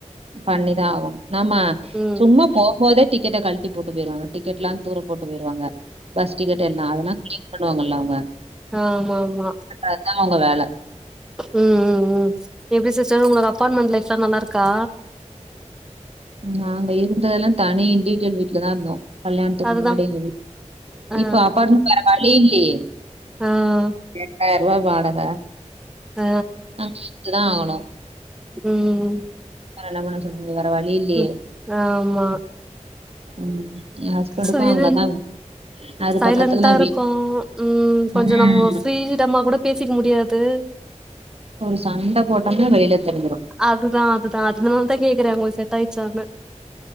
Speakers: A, on the right; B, in the centre.
A: பண்ணிதா ஆகணு நம்ம
B: ம்
A: சும்மா போ போதே டிக்கெட்ட கழ்ட்டி போட்டு போய்ருவாங்க டிக்கெட்லா தூர போட்டு போய்ருவாங்க பஸ் டிக்கெட்டு எல்லா அதெல்லா க்ளீன் பண்ணுவாங்கல்ல அவங்க
B: ஆமாமா
A: அதா அவங்க வேல
B: ம் ம் ம் எப்டி சிஸ்டர் உங்களுக் அப்பார்ட்மெண்ட் லைஃப்லா நல்லாருக்கா
A: நாங்க இருந்ததெலா தனி இண்டிஜுவல் வீட்லதா இருந்தோ கல்யாணத்துக்கு
B: அதுதா
A: முன்னாடி எங்க வீட்
B: ஆ
A: இப்ப அப்பார்ட்மெண்ட் வேற வழி இல்லியே
B: ஆ
A: எட்டாயிரூவா வாடக
B: ஆ
A: <unintelligible> ஆகணு
B: ம்
A: வேர என்ன பண்ண சொல்லுதீங்க வேர வழி இல்லயே
B: ம் ஆமா
A: ம் எ ஹஸ்பண்டுக்கு
B: சைலண்ட்
A: அங்கதா அது
B: சைலன்டா
A: பக்கத்துலதா
B: இருக்கு
A: வீட்
B: ம் கொஞ்சோ
A: ம்
B: நம்ம ஃப்ரீடம்மா கூட பேசிக்க முடியாது
A: ஒரு சண்ட போட்டோம்னா வெளில தெரிஞ்சிரு
B: அதுதா அதுதா அதுனாலதா கேக்குறே ஒங்களுக்கு செட்டாய்ரிச்சானு